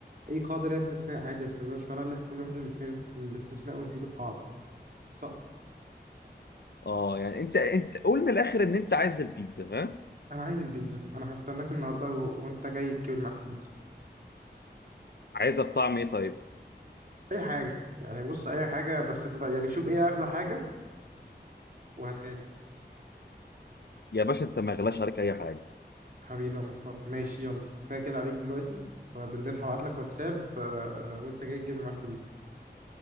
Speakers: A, on the right (about 55°); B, on the left (about 65°).
A: اي قاعدة ليها استثناء عادي بس ده مش معناه ان احنا نروح للاستثناء للاستثناء ونسيب القاعدة صح
B: اه يعني انت انت قول من الاخر ان انت عايز البيتزا ها
A: انا عايز البيتزا انا هستناك النهارده و... وانت جاي تجيب معاك البيتزا
B: عايزها بطعم ايه طيب
A: اي حاجه يعني بص اي حاجه بس تبقى يعني شوف ايه اغلى حاجه وهاتها لي
B: يا باشا انت ما غلاش عليك اي حاجه
A: حبيبي يا محترم ماشي يلا كفايه كده عليك دلوقتي وبالليل هبعت لك واتساب آه، وانت جاي تجيب لي معاك البيتزا